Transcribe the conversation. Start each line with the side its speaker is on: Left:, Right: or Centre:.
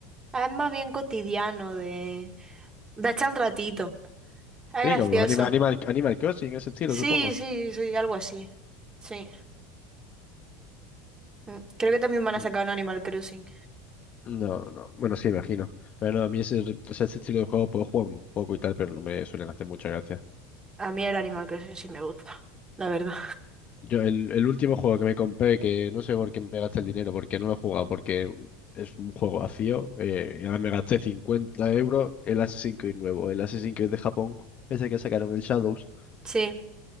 Right: es más bien cotidiano de... De echar un ratito. Es
Left: Sí,
Right: gracioso.
Left: como Animal, Animal, Animal Crossing, ese estilo,
Right: Sí,
Left: supongo.
Right: sí, sí, algo así. Sí. Mm, Creo que también van a
Left: Mm,
Right: sacar un Animal Crossing.
Left: No, no. Bueno, sí, imagino. Pero no, a mí ese, o sea, ese estilo de juego puedo jugar un poco y tal, pero no me suelen hacer mucha gracia.
Right: A mí el Animal Crossing sí me gusta, la verdad.
Left: Yo, el, el último juego que me compré, que no sé por qué me gasté el dinero, porque no lo he jugado, porque es un juego vacío, eh, y ahora me gasté 50 euros el Assassin's Creed nuevo, el Assassin's Creed de Japón, ese que sacaron, el Shadows.
Right: Sí.